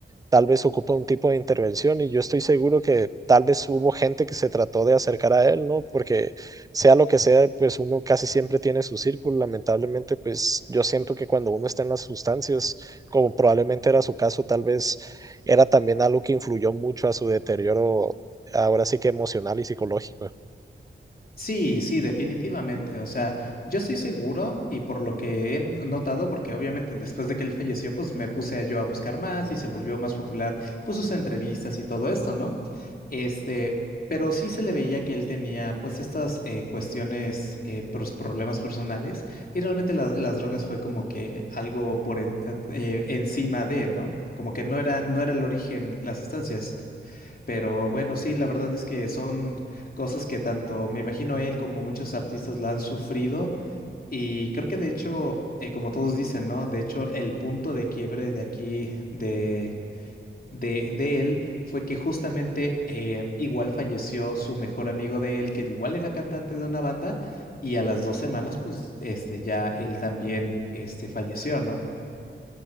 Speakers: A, on the right; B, on the left.
A: tal vez ocupa un tipo de intervención y yo estoy seguro que tal vez hubo gente que se trató de acercar a él, ¿no? Porque sea lo que sea, pues uno casi siempre tiene su círculo. Lamentablemente, pues yo siento que cuando uno está en las sustancias, como probablemente era su caso, tal vez era también algo que influyó mucho a su deterioro, ahora sí que emocional y psicológico.
B: Sí, sí, definitivamente. O sea, yo estoy seguro y por lo que he notado, porque obviamente después de que él falleció, pues me puse a yo a buscar más y se volvió más popular, pues sus entrevistas y todo esto, ¿no? Este, pero sí se le veía que él tenía pues estas eh, cuestiones, eh, pros- problemas personales y realmente la- las drogas fue como que algo por en- eh, encima de, ¿no? Como que no era, no era el origen las sustancias. Pero bueno, sí, la verdad es que son cosas que tanto me imagino él como muchos artistas la han sufrido y creo que de hecho, eh, como todos dicen, ¿no? De hecho, el punto de quiebre de aquí, de, de, de él, fue que justamente eh, igual falleció su mejor amigo de él, que igual era cantante de una banda y a las dos semanas, pues, este, ya él también, este, falleció, ¿no?